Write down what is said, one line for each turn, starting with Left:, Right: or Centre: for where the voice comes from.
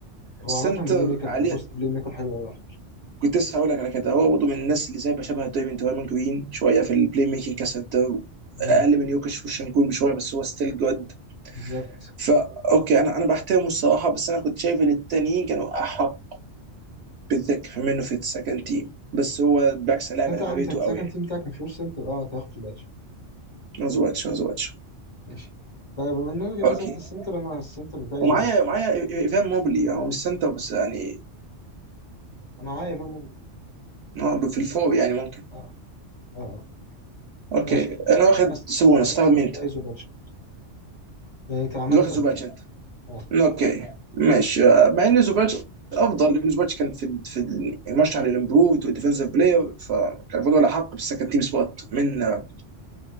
Left: هو
Right: سنتر
Left: عامه بلاي ميكر
Right: عليه
Left: بوست بلاي ميكر حلو قوي على فكره
Right: كنت لسه هقول لك على كده هو برضه من الناس اللي زي بشبه دايموند دايموند جرين شويه في البلاي ميكنج كسنتر
Left: امم
Right: اقل من يوكش وشنجون بشويه بس هو ستيل جود
Left: بالظبط
Right: فا اوكي انا انا بحترمه الصراحه بس انا كنت شايف ان التانيين كانوا احق بالذات كمان انه في السكند تيم بس هو بالعكس لاعب
Left: انت
Right: انا
Left: عندك
Right: بابيته
Left: السكند
Right: قوي
Left: تيم بتاعك مفيهوش سنتر اه انت هتاخد باتشو
Right: يعني زواتش زواتش
Left: ماشي طيب بما اننا جبنا
Right: اوكي
Left: سيره السنتر انا السنتر بتاعي
Right: ومعايا
Left: زوباتشو
Right: معايا ايفان موبلي يعني هو مش سنتر بس يعني
Left: انا معايا ايفان موبلي
Right: آه، في الفور يعني ممكن
Left: اه اه آه.
Right: اوكي
Left: ماشي
Right: انا واخد
Left: انا السنتر
Right: سوبونس تاخد مين
Left: بتاعي
Right: انت؟
Left: زوباتشو يعني انت عملنا
Right: واخد
Left: تبديل
Right: زوباتش انت
Left: اه
Right: اوكي ماشي آه، مع ان زوباتش افضل لان زوباتش كان في في المرشح للامبروفد والديفنسيف بلاير فكان المفروض ولا حق بالسكند تيم سبوت من آه،